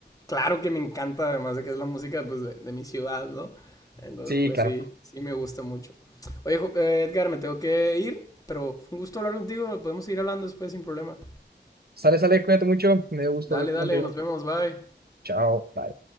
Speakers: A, on the left; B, on the right.
A: claro que me encanta, además de que es la música pues de, de mi ciudad, ¿no? Entonces
B: Sí,
A: pues
B: claro.
A: sí, sí me gusta mucho. Oye, Jo- eh, Edgar, me tengo que ir, pero fue un gusto hablar contigo, podemos seguir hablando después sin problema.
B: Sale, sale, cuídate mucho. Me dio gusto
A: Dale,
B: hablar
A: dale,
B: contigo.
A: nos vemos, bye.
B: Chao, bye.